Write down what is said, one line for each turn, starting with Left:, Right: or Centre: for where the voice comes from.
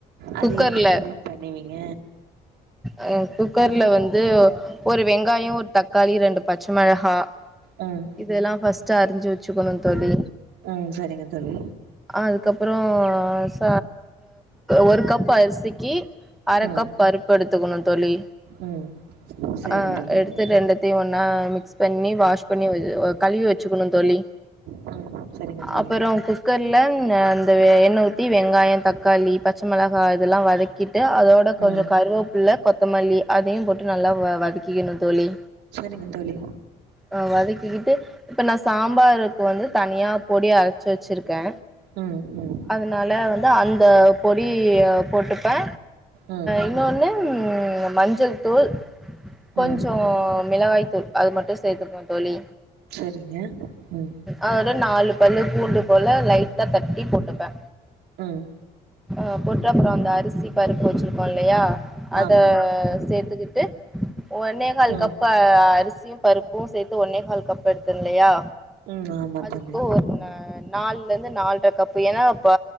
Right: அது
Centre: குக்கர்ல
Right: எப்டி தோழி பண்ணுவீங்க
Centre: அ குக்கர்ல வந்து ஒரு வெங்காய ஒரு தக்காளி ரெண்டு பச்ச மெளகா
Right: ம்
Centre: இதெல்லா ஃபஸ்ட் அறிஞ்சு வச்சுக்கணு தோழி
Right: ம் சரிங்க தோழி
Centre: அதுக்கப்புற ச ஒரு கப் அரிசிக்கி அர
Right: ம்
Centre: கப் பருப்பு எடுத்துக்கணு தோழி
Right: ம் சரிங்க
Centre: அ
Right: தோழி
Centre: எடுத்து ரெண்டத்தையு ஒன்னா மிக்ஸ் பண்ணி வாஷ் பண்ணி கழுவி வச்சுக்கணு தோழி
Right: ம் சரிங்க தோழி
Centre: அப்பற கு க்கர்ல அந்த எண்ண ஊத்தி வெங்காய தக்காளி பச்ச மெளகா அதெல்லா வதக்கிட்டு அதோ ட கொஞ்ச
Right: ம்
Centre: கருவேப்புள்ள கொத்தமல்லி அதயு போட்டு நல்லா வதக்கிக்கணு தோழி
Right: சரிங்க தோழி
Centre: ஆ வதக்கிக்கிட்டு இப்ப நா சாம்பாருக்கு வந்து தனியா பொடி அரச்சு வச்சிருக்கே
Right: ம் ம்
Centre: அனால வந்து அந்த பொடி போட்டுப்பே
Right: ம்
Centre: இன்னொனு மஞ்சள் தூள் கொஞ்ச
Right: ம்
Centre: மிளகாய் தூள் அது மட்டு சேத்துக்குவோ தோழி
Right: சரிங்க ம்
Centre: அதோட நாலு பல்லு பூண்டு போல லைட்டா தட்டி போட்டுப்பே
Right: ம்
Centre: அ போட்டு அப்ற அந்த அரிசி பருப்பு வச்சிருக்கோ இல்லயா அத
Right: ஆமா
Centre: சேத்துக்கிட்டு ஒன்னே கால்
Right: ம்
Centre: கப்பு இப்ப அரிசியு பருப்பு சேத்து ஒன்னே கால் கப்பு எடுத்தொல்லயா
Right: ம் ஆமா
Centre: அதுக்கோ
Right: தோழி
Centre: ஒரு ந நால்ல இருந்து நால்ர கப்பு ஏனா இப்ப